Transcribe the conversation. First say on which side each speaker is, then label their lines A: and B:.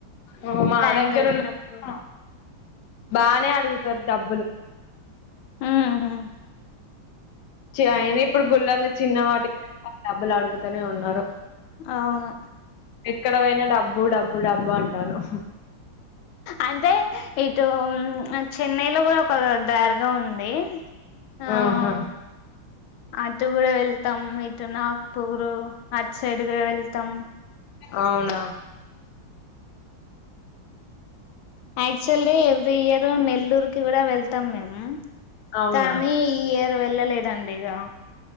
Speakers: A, on the left; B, on the left.
A: ఓ మా
B: టైమ్
A: దగ్గర
B: దొరికినప్పు
A: ఉన్న బానే అడుగుతర్ డబ్బులు
B: ఊహూ
A: చి ఆయన ఇప్పుడు గుళ్లలో చిన్న వాటి <inaudible> డా డబ్బులు అడుగుతనే ఉన్నారు
B: ఆవును
A: ఎక్కడ వొయినా డబ్బు డబ్బు డబ్బు అంటాను
B: అంతే ఇటూ ఉమ్ చెన్నై లో కూడా ఒక దారగా ఉందీ ఆ
A: ఆహా
B: అటు గుడా వెళ్తాం ఇటు నాగ్పూరు అట్ సైడ్ గూడ వెళ్తం
A: అవునా
B: ఆక్చువల్లీ ఎవ్రీ ఇయరు నెల్లూరుకిి గుడా వెళ్తం మేమ్
A: అవునా
B: కానీ ఈ ఇయర్ వెళ్ళలేదండి ఇగా